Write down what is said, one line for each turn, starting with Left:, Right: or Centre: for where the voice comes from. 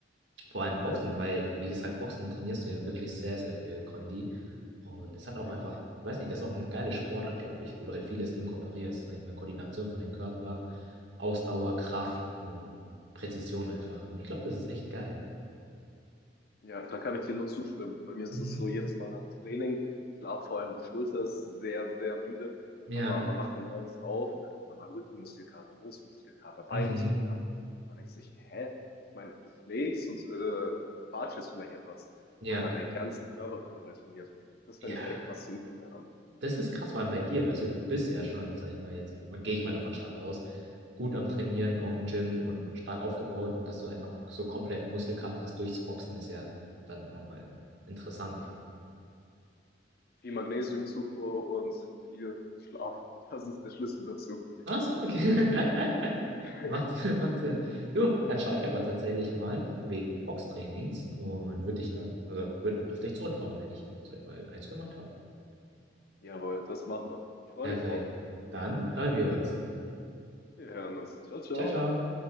Right: Vor allem Boxen,
Left: Hm?
Right: weil, wie gesagt, Boxen trainierst du ja wirklich sehr, sehr viel Kondi. Und es hat auch
Left: Definitiv.
Right: einfach, ich weiß nicht, das ist auch eine geile Sportart, glaube ich, wo du halt vieles inkorporierst, sag ich mal, Koordination von dem Körper, Ausdauer, Kraft und Präzision einfach. Und ich glaube, das ist echt geil.
Left: Ja, da kann ich dir nur zustimmen. Bei mir ist
Right: Mhm.
Left: es so, jedes Mal nach dem Training, klar, vor allem die Schulter ist sehr, sehr müde,
Right: Ja,
Left: aber man wacht dann morgens auf und hat auf einmal Rückenmuskelkater, Brustmuskelkater, Beinmuskelkater.
Right: mhm,
Left: Man denkt sich, hä? Ich meine, du schlägst und äh, watschelst vielleicht etwas,
Right: ja,
Left: aber dein ganzer Körper wird dabei trainiert. Das
Right: ja.
Left: finde ich echt faszinierend daran.
Right: Das ist krass, vor allem bei dir, weißt du, du bist ja schon, sag ich mal jetzt, gehe ich mal davon stark aus, gut am Trainieren, auch im Gym und stark aufgebaut und dass du halt noch so komplett Muskelkater hast durchs Boxen ist ja dann nochmal interessant.
Left: Viel Magnesiumzufuhr und viel Schlaf. Das ist der Schlüssel dazu.
Right: Ach so, okay. <laughs>
Left: <laughs>
Right: Macht, <laughs> macht Sinn. Du, dann schaue ich aber tatsächlich mal wegen Boxtrainings und würde dich dann, also würde auf dich zurückkommen, wenn ich, sag ich mal, eins gemacht habe.
Left: Jawohl, das machen wir. Ich freue
Right: Perfekt.
Left: mich drauf.
Right: Dann hören wir uns.
Left: Wir hören uns. Ciao, ciao.
Right: Ciao, ciao.